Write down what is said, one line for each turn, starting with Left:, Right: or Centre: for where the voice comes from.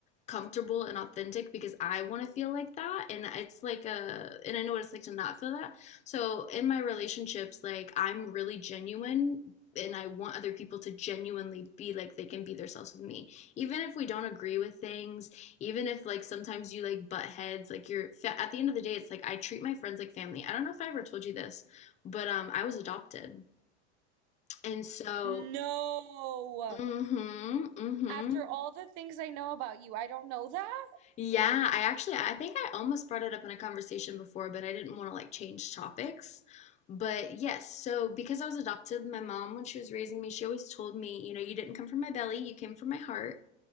Left: comfortable and authentic because I want to feel like that and it's like a and I know what it's like to not feel that. So in my relationships like I'm really genuine and I want other people to genuinely be like they can be themselves with me. Even if we don't agree with things, even if like sometimes you like butt heads, like you're at the end of the day it's like I treat my friends like family. I don't know if I ever told you this, but um I was adopted. And so
Right: no
Left: mhm mhm
Right: after all the things i know about you i don't know that
Left: Yeah, I actually I think I almost brought it up in a conversation before, but I didn't want to like change topics. But yes, so because I was adopted, my mom when she was raising me, she always told me, you know, you didn't come from my belly, you came from my heart.